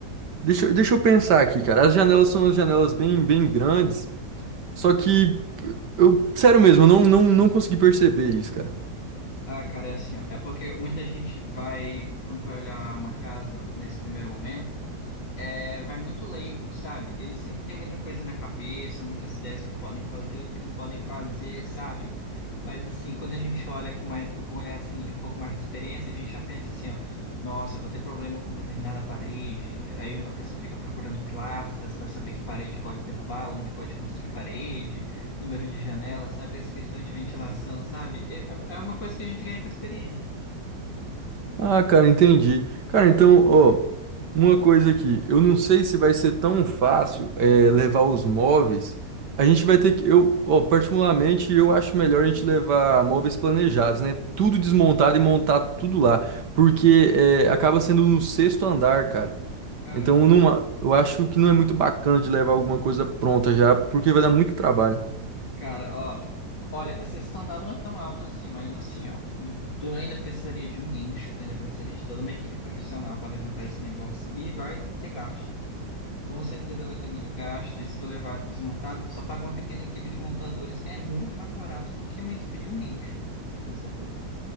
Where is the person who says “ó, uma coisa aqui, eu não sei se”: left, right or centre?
Right